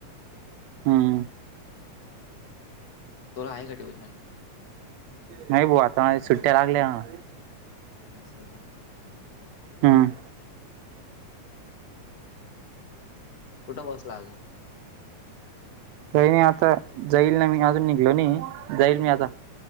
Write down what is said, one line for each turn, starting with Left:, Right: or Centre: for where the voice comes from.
Right: हम्म
Left: तुला आहे का ट्युशन
Right: नाही बो आता सुट्ट्या लागल्या ह
Left: ह स का
Right: हम्म
Left: कुठं पोचला अजून
Right: काही नाही आता जाईल ना मी अजून निघलो नाही जाईल मी आता